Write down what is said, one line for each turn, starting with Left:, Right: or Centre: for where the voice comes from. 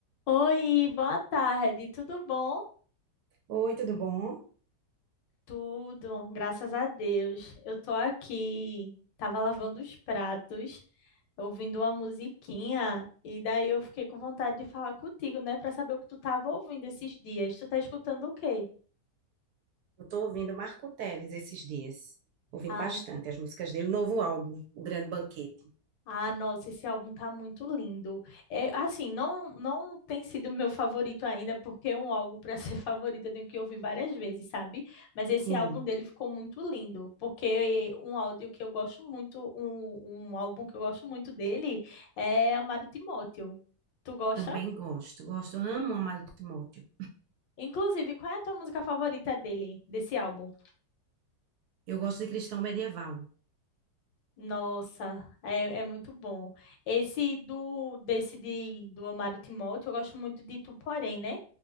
Left: Oi, boa tarde, tudo bom?
Right: Oi, tudo bom?
Left: Tudo, graças a Deus. Eu tô aqui, tava lavando os pratos, ouvindo uma musiquinha, e daí eu fiquei com vontade de falar contigo, né, Pra saber o que tu tava ouvindo esses dias. Tu tá escutando o quê?
Right: Eu tô ouvindo Marco Teles esses dias. Ouvindo
Left: Ah.
Right: bastante as músicas dele. Novo álbum, O Grande Banquete.
Left: Ah, nossa, esse álbum tá muito lindo. É, assim, não não tem sido meu favorito ainda, porque é um álbum para ser <laughs> favorito eu tenho que ouvir várias vezes, sabe? Mas esse
Right: Sim.
Left: álbum dele ficou muito lindo, porque um áudio que eu gosto muito, um, um álbum que eu gosto muito dele é Amado Timóteo. Tu gosta?
Right: Também gosto. Gosto, amo Amado Timóteo.
Left: Inclusive, qual é a tua música favorita dele, desse álbum?
Right: Eu gosto de Cristão Medieval.
Left: Nossa, é, é muito bom. Esse do desse de, do Amado Timóteo, eu gosto muito de Tu Porém, né?